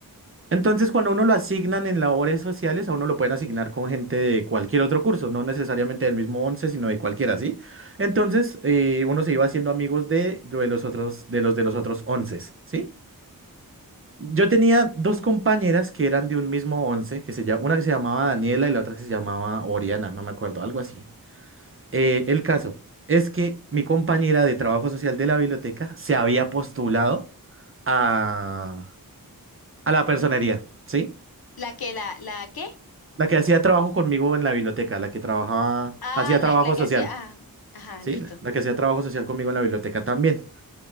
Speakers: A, on the right; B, on the left.
A: Entonces, cuando uno lo asignan en labores sociales, a uno lo pueden asignar con gente de cualquier otro curso, no necesariamente del mismo 11, sino de cualquiera, ¿sí? Entonces, eh, uno se iba haciendo amigos de, de los otros, de los de los otros 11, ¿sí? Yo tenía dos compañeras que eran de un mismo 11, que se llama, una que se llamaba Daniela y la otra que se llamaba Oriana, no me acuerdo, algo así. Eh, el caso es que mi compañera de trabajo social de la biblioteca se había postulado a, a la personería, ¿sí?
B: La que, la, la qué
A: La que hacía trabajo conmigo en la biblioteca, la que trabajaba,
B: ah,
A: hacía trabajo
B: la, la que
A: social,
B: hacía, ah, ajá,
A: sí,
B: listo,
A: la la que hacía trabajo social conmigo en la biblioteca también.